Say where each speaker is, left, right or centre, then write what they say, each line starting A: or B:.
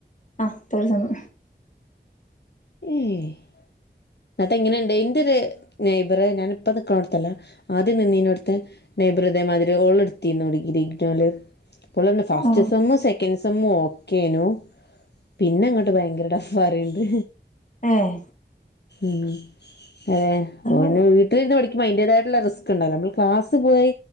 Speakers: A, on the left (about 40°); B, on the left (about 65°).
A: ആ തേർഡ് സെമ്മ്
B: ഏഹ് ഇന്ന്ട്ടെങ്ങനെണ്ട് ഇന്റെര് നെയ്‌ബറ് ഞാൻ ഇപ്പൊ നിക്ക്ണോടത്തല്ല ആദ്യം നിന്നീനോട്ത്ത് നെയ്‌ബർ ഇതേമാതിരി ഒളിട്ത്തീന്നു ഇ ഇഗ്നോല് അപ്പോളറഞ്ഞു ഫസ്റ്റ്
A: ആ
B: സെമ്മ് സെ - ൻക് സമ്മോക്കേന്നു പിന്നങ്ങട്ട് ഭയങ്കര ടഫാറയ്ണ്ട്
A: ഉം
B: ഇമ്... അതെ
A: അത്
B: അഹ് പിന്നെ വീട്ടിലിരുന്ന് പഠിക്കുമ്പോ അതിന്റെതായിട്ടുള്ള റിസ്ക് ഇണ്ടാവൊലോ നമ്മൾ ക്ലാസ്സ്‌ പോയി